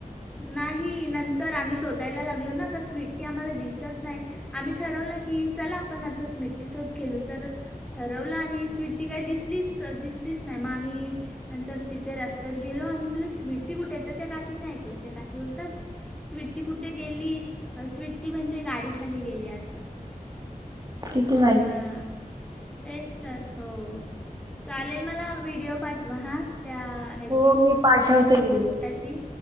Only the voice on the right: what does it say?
किती वाईट
हो मी पाठवते
व्हिडिओ.